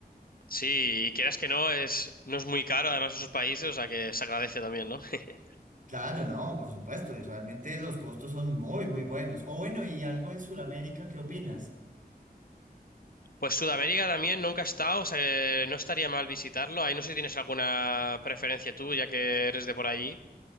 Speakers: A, on the left; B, on the right.
A: Sí, y quieras que no, es, no es muy caro además esos países, o sea que se agradece también, ¿no? <laughs>
B: Claro, no, por supuesto. Y realmente los costos son muy, muy buenos. O bueno, y algo en Sudamérica, ¿qué opinas?
A: Pues Sudamérica también nunca he estado, o sea que no estaría mal visitarlo. Ahí no sé si tienes alguna preferencia tú, ya que eres de por ahí.